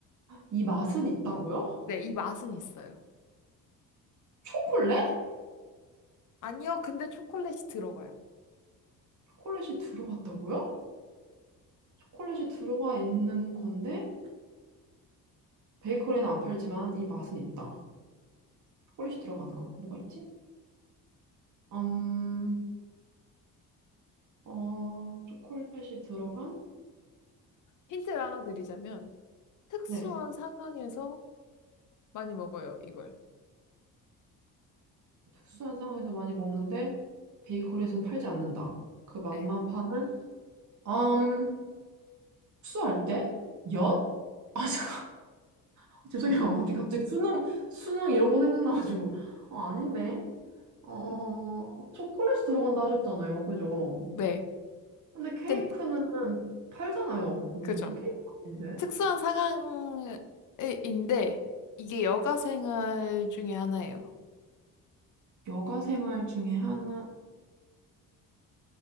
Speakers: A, on the right; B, on the left.
A: 이 맛은 있다고요?
B: 네, 이 맛은 있어요.
A: 초콜릿?
B: 아니요, 근데 초콜릿이 들어가요.
A: 초콜릿이 들어갔다고요? 초콜릿이 들어가 있는 건데 베이커리는 안 팔지만 이 맛은 있다. 초콜릿이 들어가는 건 뭐가 있지? 음, 어, 초콜릿이 들어간?
B: 힌트를 하나 드리자면, 특수한
A: 네.
B: 상황에서 많이 먹어요, 이걸.
A: 특수한 상황에서 많이 먹는데 베이커리에서는 팔지 않는다. 그 맛만
B: 네.
A: 파는? 음, 수할 때? 엿? 아, 잠깐. <laughs> 죄송해요. 갑자기 갑자기 수능 수능 이런 거 생각나가지고. 어, 아닌데. 어,
B: 음.
A: 초콜릿이 들어간다 하셨잖아요. 그죠?
B: 네.
A: 근데 케이크는
B: 근,
A: 팔잖아요. 거기서.
B: 그죠.
A: 그럼 케이크 아닌데?
B: 특수한 상황인데, 이게 여가 생활 중에 하나예요.
A: 여가 생활 중에 하나,